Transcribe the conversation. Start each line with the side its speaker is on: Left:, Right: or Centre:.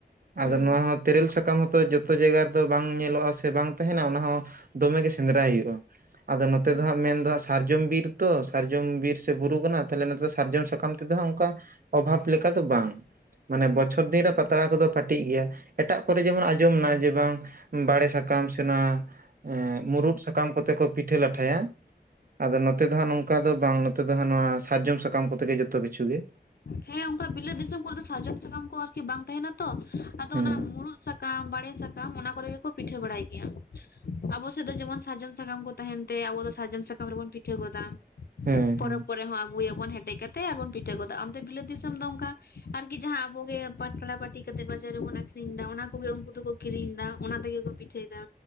Left: ᱦᱮᱸ
Right: ᱟᱫᱚ ᱱᱚᱣᱟ ᱦᱚᱸ ᱛᱮᱹᱨᱮᱹᱞ ᱥᱟᱠᱟᱢ ᱦᱚᱸᱛᱚ ᱡᱚ ᱛᱚ ᱡᱟᱭᱜᱟ ᱨᱮᱫᱚ ᱵᱟᱝ ᱧᱮᱞᱚᱜᱼᱟ ᱥᱮ ᱵᱟᱝ ᱛᱟᱦᱮᱱᱟ ᱚᱱᱟ ᱦᱚᱸ ᱫᱚᱢᱮ ᱜᱮ ᱥᱮᱸᱫᱽᱨᱟᱭ ᱦᱳᱭᱜᱼᱟ ᱾ ᱟᱫᱚ ᱱᱚᱛᱮ
Left: ᱦᱮᱸ
Right: ᱫᱚ ᱦᱟᱸᱜ ᱢᱮᱱᱫᱚ ᱥᱟᱨᱡᱚᱢ ᱵᱤᱨ ᱛᱚ ᱥᱟᱨᱡᱚᱢ ᱵᱤᱨ ᱥᱮ ᱵᱩᱨᱩ ᱠᱟᱱᱟ ᱛᱟᱞᱦᱮ ᱱᱚᱛᱮ ᱫᱚ ᱥᱟᱨᱡᱚᱢ ᱥᱟᱠᱟᱢ ᱛᱮᱫᱚ ᱦᱟᱸᱜ ᱚᱱᱠᱟ ᱚᱵᱷᱟᱵᱽ ᱞᱮᱠᱟ ᱫᱚ ᱵᱟᱝ ᱾ ᱢᱟᱱᱮ ᱵᱚᱪᱷᱚᱨ ᱫᱤᱱ ᱨᱮ ᱯᱟᱛᱲᱟ ᱠᱚᱫᱚ ᱯᱟᱴᱤᱜ ᱜᱮᱭᱟ ᱮᱴᱟᱜ ᱠᱚᱨᱮ ᱡᱮᱢᱚᱱ ᱟᱸᱡᱚᱢ ᱱᱟ ᱡᱮ ᱵᱟᱝ ᱵᱟᱲᱮᱹ ᱥᱟᱠᱟᱢ ᱥᱮ ᱱᱚᱣᱟ ᱮᱸᱻ ᱢᱩᱨᱩᱫ ᱥᱟᱠᱟᱢ ᱠᱚᱛᱮ ᱠᱚ ᱯᱤᱴᱷᱟᱹ ᱞᱟᱴᱷᱟᱭᱟ ᱾ ᱟᱫᱚ ᱱᱚᱛᱮ ᱫᱚ ᱦᱟᱸᱜ ᱱᱚᱝᱠᱟ ᱫᱚ ᱵᱟᱝ ᱱᱚᱛᱮ ᱫᱚ ᱦᱟᱸᱜ ᱱᱚᱣᱟ ᱥᱟᱨᱡᱚᱢ ᱥᱟᱠᱟᱢ ᱠᱚᱛᱮ ᱜᱮ ᱡᱚᱛᱚ ᱠᱤᱪᱷᱩ ᱜᱮ ᱾
Left: ᱦᱮᱸ ᱚᱱᱠᱟ ᱵᱤᱞᱟᱹᱛ ᱫᱤᱥᱚᱢ ᱠᱚᱨᱮᱼᱫᱚ ᱥᱟᱨᱡᱚᱢ ᱥᱟᱠᱟᱢ ᱠᱚ ᱟᱨᱠᱤ ᱵᱟᱝ ᱛᱟᱦᱮᱱᱟ ᱛᱚ ᱟᱫᱚ
Right: ᱦᱮᱸ
Left: ᱚᱱᱟ ᱢᱩᱨᱩᱫ ᱥᱟᱠᱟᱢ ᱵᱟᱲᱮᱹ ᱥᱟᱠᱟᱢ ᱚᱱᱟ ᱠᱚᱨᱮ ᱜᱮᱠᱚ ᱯᱤᱴᱷᱟᱹ ᱵᱟᱲᱟᱭ ᱜᱮᱭᱟ ᱾ ᱟᱵᱚ ᱥᱮᱫ ᱫᱚ ᱡᱮᱢᱚᱱ ᱥᱟᱨᱡᱚᱢ ᱥᱟᱠᱟᱢ ᱠᱚ ᱛᱟᱦᱮᱱ ᱛᱮ ᱟᱵᱚ ᱫᱚ ᱥᱟᱨᱡᱚᱢ ᱥᱟᱠᱟᱢ ᱨᱮᱵᱚᱱ ᱯᱤᱴᱷᱟᱹ ᱜᱚᱫᱟ᱾
Right: ᱦᱮᱸ
Left: ᱯᱚᱨᱚᱵ
Right: ᱦᱮᱸ
Left: ᱠᱚᱨᱮ ᱦᱚᱸ ᱟᱹᱜᱩᱭ ᱟᱵᱚᱱ ᱦᱮᱴᱮᱡ ᱠᱟᱛᱮ ᱟᱨᱵᱚᱱ ᱯᱤᱴᱷᱟᱹ ᱜᱚᱫᱟ, ᱟᱢ ᱵᱤᱞᱟᱹᱛ ᱫᱤᱥᱚᱢ ᱫᱚ ᱚᱱᱠᱟ ᱟᱨᱠᱤ ᱡᱟᱦᱟᱸ ᱟᱵᱚᱜᱮ ᱯᱟᱛᱲᱟ ᱯᱟᱹᱴᱤ ᱠᱟᱛᱮ ᱵᱟᱡᱟᱨ ᱨᱮᱵᱚᱱ ᱟᱠᱷᱨᱤᱧ ᱫᱟ ᱚᱱᱟ ᱠᱚᱜᱮ ᱩᱱᱠᱩ ᱫᱚᱠᱚ ᱠᱤᱨᱤᱧ ᱫᱟ ᱚᱱᱟ ᱛᱮᱜᱮ ᱠᱚ ᱯᱤᱴᱷᱟᱹᱭ ᱫᱟ᱾